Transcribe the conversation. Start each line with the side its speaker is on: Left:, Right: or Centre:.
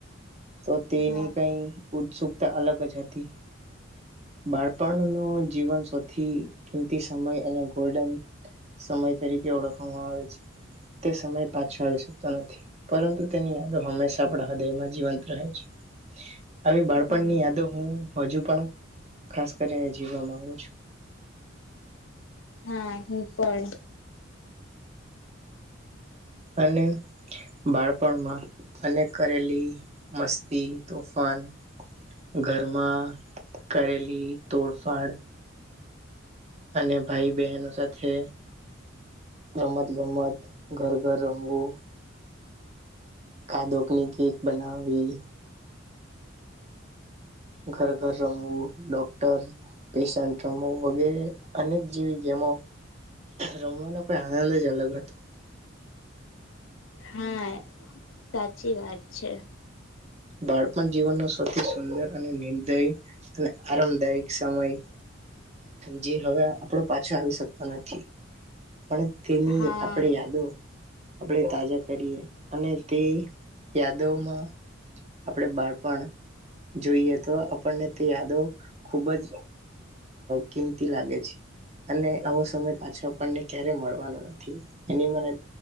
Right: તો તેની
Left: હા
Right: કઈ ઉત્સુકતા અલગ જ હતી. બાળપણ ન જીવન સૌથી કિંમતી સમય અને ગોડન સમય તરીકે ઓળખવામાં આવે છે. તે સમય પાછો આવી શકતો નથી પરંતુ તેની યાદો હંમેશા આપણા હૃદયમાં જીવંત રહે છે. આવી બાળપણ
Left: હા
Right: ની યાદો હું હજુ પણ ખાસ કરીને જીવ માંગુ છું.
Left: હા હું પણ.
Right: અને બાળપણમાં અને કરેલી મસ્તી, તોફાન, ઘરમાં કરેલી તોડફાડ અને ભાઈ બહેનો સાથે રમત-ગમત, ઘર-ઘર રમવું કાદોકની કેક બનાવી ઘર ઘર રમવું ડોક્ટર પેશન્ટ રમવું વગેરે અનેક જેવી ગેમો રમવાનો કોઈ આનંદ જ અલગ હતો
Left: હા સાચી વાત છે
Right: બાળપણ જીવનનો સૌથી સુંદર અને નિર્દય અને આરામદાયક સમય જે હવે આપણો પાછો આવી શકતો નથી પણ તેની
Left: હા
Right: આપણે યાદો આપણે તાજા કરીએ અને તે યાદોમાં આપણે બાળપણ જોઈએ તો આપણને તે યાદો ખુબ જ કિંમતી લાગે છે અને આવો સમય પાછો આપણને ક્યારેય મળવાનો નથી એની મને